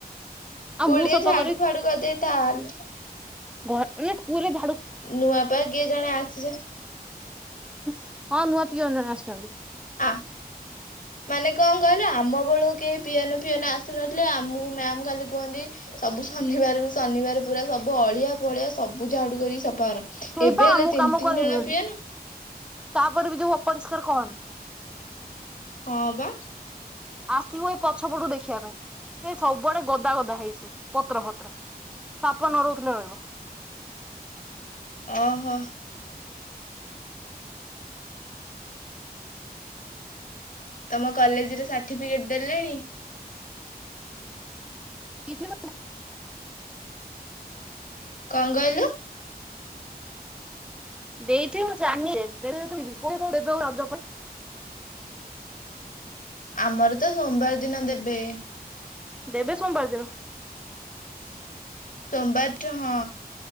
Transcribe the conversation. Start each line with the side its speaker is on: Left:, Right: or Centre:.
Left: ସ୍କୁଲ
Centre: ଆଉ ମୁଁ
Left: ଟେ
Centre: ସଫା
Left: ଝାଡୁ ଫାଡୁ କରିଦେଇଥା ହେଲେ
Centre: ଘ ନା ସ୍କୁଲ
Left: ନୂଆ ପା କିଏ ଜଣେ ଆସିଛେ
Centre: ବସ୍ ହଁ ନୂଆ ପ୍ରିୟଜନ ଆସିଛନ୍ତି।
Left: ଆ ମାନେ କଣ କହିଲ ଆମ ବେଳକୁ କେହି ପିଆନୋ ଫିଆନ ଆସିୁନଥିଲେ ଆମକୁ ମ୍ୟାମ୍ ଖାଲି କୁହନ୍ତି ସବୁ ଶନିବାରକୁ ଶନିବାର ପୁରା ସବୁ ଅଳିଆ ପଳିଆ ସବୁ ଝାଡ଼ୁ କରିକି ସୁ ାର
Centre: ସେଇ
Left: ଏବେ
Centre: ପା
Left: ହେଲେ
Centre: ଆମକୁ
Left: ତିନି
Centre: କାମ
Left: ତିନି
Centre: କରେଇ
Left: ଜଣ
Centre: ଦିଅନ୍ତି
Left: ପିଅ ନା
Centre: ତାପରେ ବି ଯ ଅପରିଷ୍କାର କଣ?
Left: ହଁ ବା
Centre: ଆସିବୁ ଏଇ ପଛ ପଟୁ ଦେଖିବା ପାଇଁ ଏ ସବୁଆଡେ ଗଦା ଗଦା ହେଇଛୁ ପତ୍ର ପତ୍ର ସା ନ ରହୁଥିଲେ ରହିବ।
Left: ଓହୋ। ତମ କଲେଜରେ ସାର୍ଟିଫିକେଟ ଦେଲେଣି
Centre: କିଯ
Left: କଣ ଙ୍ଗହିଲ
Centre: ଦେଇଠି ଦେବେ ରାଜଜ ପାଇଁ
Left: ଆମର ତ ସୋମବାର ଦିନ ଦେବେ
Centre: ଦେବେ ସୋମବାର ଦିନ
Left: ସୋମବାରଠ ହଁ।